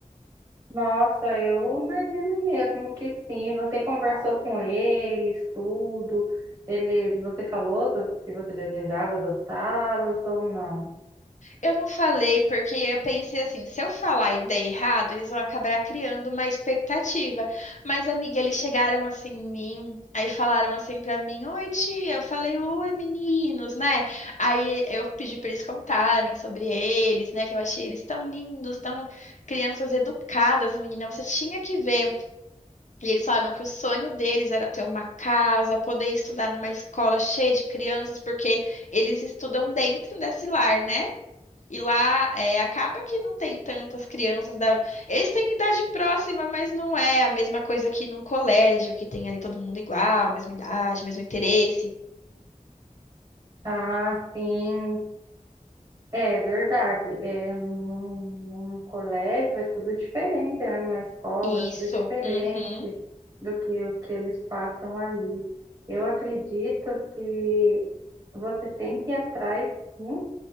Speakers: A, on the right; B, on the left.
A: Nossa, eu imagino mesmo que sim. Você conversou com eles, tudo. Eles, você falou do- se você desejava adotá-los ou não.
B: Eu não falei porque eu pensei assim, se eu falar e der errado, eles vão acabar criando uma expectativa. Mas, amiga, eles chegaram assim em mim, aí falaram assim pra mim, oi tia, eu falei, oi meninos, né? Aí eu pedi pra eles contarem sobre eles, né? Que eu achei eles tão lindos, tão crianças educadas, menina, você tinha que ver. E eles falaram que o sonho deles era ter uma casa, poder estudar numa escola cheia de crianças, porque eles estudam dentro desse lar, né? E lá é, acaba que não tem tantas crianças da. Eles têm idade próxima, mas não é a mesma coisa que num colégio, que tem ali todo mundo igual, mesma idade, mesmo interesse.
A: Ah, sim, É verdade. É, num, num colégio é tudo diferente, né? Numa escola
B: Isso.
A: é tudo diferente
B: Uhum.
A: do que o que eles passam ali. Eu acredito que você tem que ir atrás, sim,